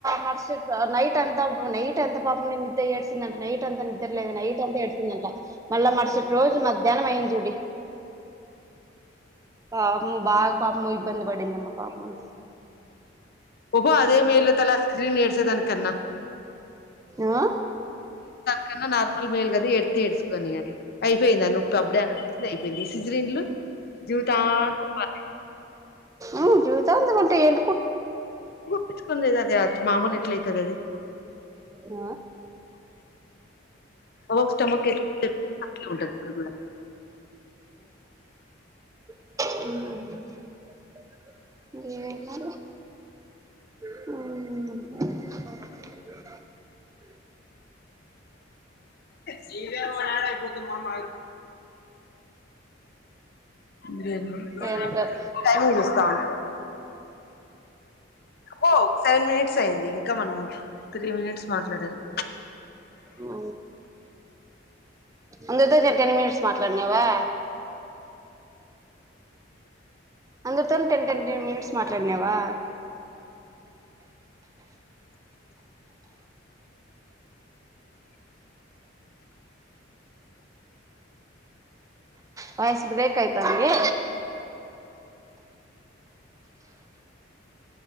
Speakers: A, on the right (about 15°); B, on the left (about 50°).
A: మరుస నైట్ అంతా నైట్ అంత పాపం నిద్దా ఎడ్ అంట నైట్ అంతా నిద్రలేదు నైట్ అంత ఏడిసిందట మళ్ళా మరుసటి రోజు మధ్యాహ్నం అయింది చూడి పప్ము బాగా పాపమూ ఇబ్బంది పడిందమ్మా పాపను
B: ఓబో అదే మేల తలా సీజేరిన్ చెపిచ్చే దని కన్నా
A: ఆ
B: కన్నా నార్మల్ మేల్ కదా ఎడితే ఏడుచసుకొనిని అయిపోయింది ఆ నొప్పి అప్పుడే అయిపోయింది సిజ్రిన్లు జ దా మాల
A: ఉ జీవితాంతం అంత ఏం
B: కుసుకొ లేదది మామూలు ఎట్ల అయితది అది
A: ఆ
B: అ స్టమక్ంటది అట్లే ఉంటది ఇడు కూడా
A: అ ఆ
B: జీరేను నాడ అయిపోద్తుదు మామ అవు
A: ఏందో
B: టైమింగ్ చూస్తాంటే ఓ సెవెన్ మినిట్స్ అయింది ఇంకా మనము త్రీ మినిట్స్ మాట్లాడాలి
A: ఓ అ టెన్ మినీట్స్ మాట్లాడినావా అందరితో టెన్ టెన్ మినిట్స్ మాట్లాడినావా వూయిస్ బ్రేక్ అయి తాంది